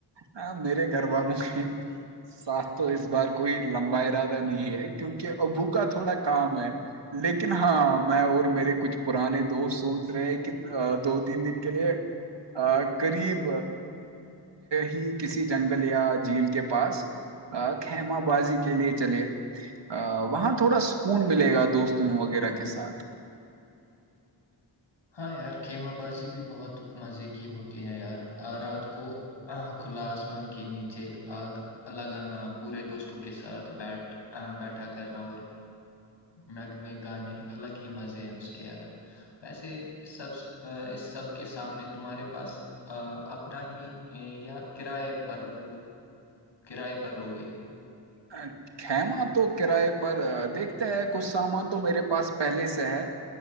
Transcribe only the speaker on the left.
ہاں یار خھییمہ بازی بھی بہت مزے کی ہوتی ہے یار آ رات کو کھلا آسمان کے نیچے آگ لگانا پورے دوستوں کے ساتھ بیٹھ بیٹھا کرنا اور اور مگ میں گانے الگ ہی مزے ہیں اس کےے یار ویسے سب اس سب کے سامنے تمہارے پاس ا اپراہی یا کراائے پر لوگ کراائے پر لوگے